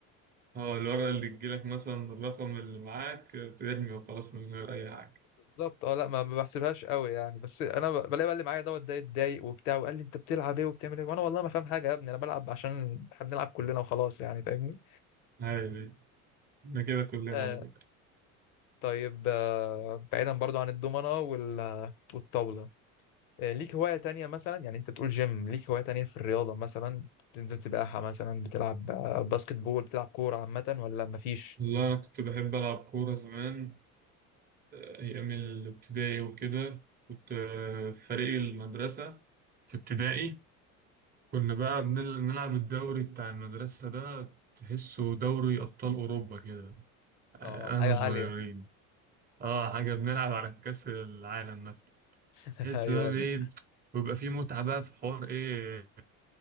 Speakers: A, on the right; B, on the left.
A: اه الورقة اللي تجيلك مثلا الرقم اللي معاك ترمي وخلاص من غير أي حاجة
B: بالظبط اه لا ما ما بحسبهاش قوي يعني بس انا ب- بلاقي بقى اللي معايا دوت ده اتضايق وبتاع وقال لي انت بتلعب ايه وبتعمل ايه وانا والله ما فاهم حاجه يا ابني انا بلعب عشان احنا بنلعب كلنا وخلاص يعني فاهمني
A: هاي دي احنا كده كلنا
B: آه
A: على فكرة
B: طيب آه بعيدا برضو عن الضمنه وال- والطاوله آه، ليك هواية تانية مثلا يعني انت تقول جيم ليك هواية تانية في الرياضة مثلا بتنزل سباحة مثلا بتلعب آه، باسكت بول بتلعب كورة عامة ولا مفيش
A: والله أنا كنت بحب ألعب كورة زمان آه، أيام الابتدائي وكده كنت آه، في فريق المدرسة في ابتدائي كنا بقى بنل- بنلعب الدوري بتاع المدرسة ده تحسه دوري أبطال أوروبا كده آه،
B: اه حاجة
A: أنا صغيرين
B: عالية
A: اه حاجة بنلعب على كأس العالم مثلا
B: <laughs>
A: تحس
B: ايوه
A: بقى
B: ايوه
A: بإيه بيبقى فيه متعة بقى في حوار إيه